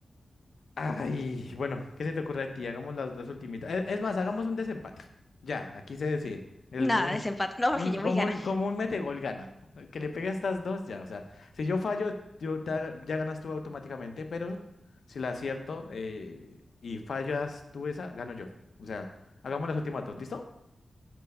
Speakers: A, on the left (about 75°); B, on the left (about 15°).
A: Ay, bueno, ¿qué se te ocurre a ti? Hagamos las dos ultimitas. Es, es más, hagamos un desempate. Ya, aquí se decide. El
B: Nada,
A: común,
B: desempate. No,
A: un,
B: porque yo
A: como
B: voy a
A: un,
B: ganar.
A: como un mete gol gana. El Que le pegue a estas dos, ya. O sea, si yo fallo, yo te haga- ya ganas tú automáticamente, pero si la acierto eh, y fallas tú esa, gano yo. O sea, hagamos las últimas dos, ¿listo?